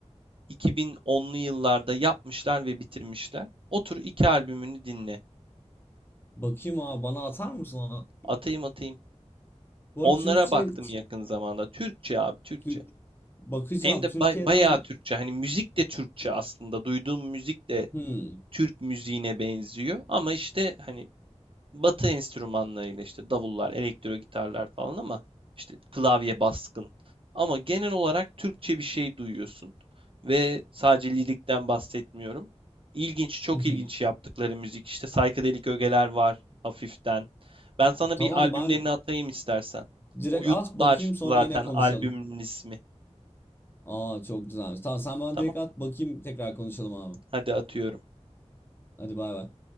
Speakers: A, on the right; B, on the left.
A: 2010'lu yıllarda yapmışlar ve bitirmişler. Otur iki albümünü dinle.
B: Bakayım abi bana atar mısın onu?
A: Atayım atayım.
B: Bu
A: Onlara
B: arada Türkçe
A: baktım yakın zamanda. Türkçe abi Türkçe.
B: Tür- bakacağım
A: Hem de
B: Türkiye'den
A: bay- bayağı Türkçe. Hani müzik de Türkçe aslında. Duyduğum müzik de
B: Hmm.
A: Türk müziğine benziyor. Ama işte hani Batı enstrümanlarıyla işte davullar, elektro gitarlar falan ama işte klavye baskın. Ama genel olarak Türkçe bir şey duyuyorsun ve sadece lirikten bahsetmiyorum. İlginç, çok
B: <laughs>
A: ilginç yaptıkları müzik. İşte psychedelic ögeler var hafiften. Ben sana
B: Tamam
A: bir albümlerini
B: ben
A: atayım istersen.
B: direkt
A: Boyutlar
B: at bakayım sonra
A: zaten
B: yine konuşalım.
A: albümün ismi.
B: Aa çok güzelmiş. Tamam sen bana
A: Tamam.
B: direkt at bakayım tekrar konuşalım abi.
A: Hadi atıyorum.
B: Hadi bay bay.